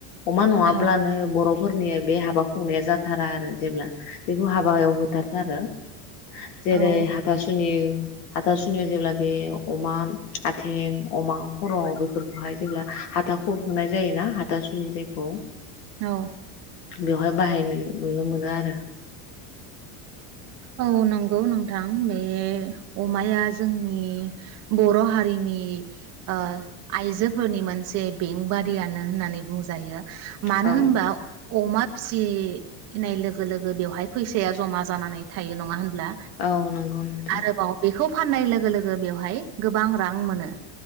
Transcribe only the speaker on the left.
अमा नङाब्लानो
बर'फोरनि बे हाब बा खुंनाया जाथारा आरो जेब्ला बेखौ हाबा हायाव होथारथारो। जेरै
हाथासुनि हाथासुनियाव जेब्ला बे अमा आथिख नि अमा खर' बेफोरखौहाय जेब्ला हाथा खुरहोनाय जायो ना हाथासुनि जायखौ।
बेवहाय बाहायनाय नुनो मोनो आरो।
औ
औ नंगौ नोंथां